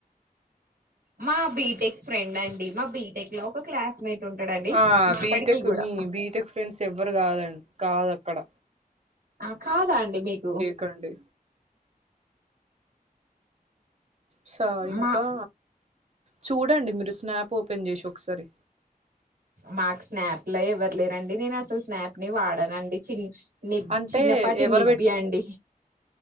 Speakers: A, on the right (about 80°); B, on the right (about 45°).
A: మా బీటెక్ ఫ్రెండ్ అండి మా బీటెక్ లో ఒక క్లాస్ మేట్ ఉంటడండి
B: ఆ
A: ఇప్పటికి
B: బీటెక్
A: కూడా
B: నీ బీటెక్ ఫ్రెండ్స్ ఎవ్వరు కాదండి కాదక్కడ
A: ఆ కాదా అండి మీకు
B: కడ్డి స ఇంకా
A: మా
B: చూడండి మీరు స్నాప్ ఓపెన్ చేసి ఒకసారి
A: మాకు స్నాప్ల ఎవ్వరులేరండి. నేను అసలు స్నాప్ ని వాడనండి చిన్ నిబ్
B: అంటే
A: చిన్నపాటి
B: ఎవరు
A: నిబ్బి అండి